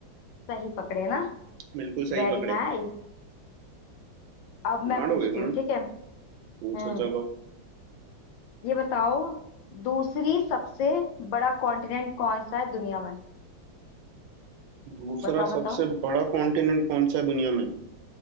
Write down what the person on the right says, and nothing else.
बिल्कुल सही
पकड़े
स्मार्ट
हो गए तुम
पूछो
चलो
दूसरा
सबसे बड़ा कॉन्टिनेंट कौन सा है दुनिया में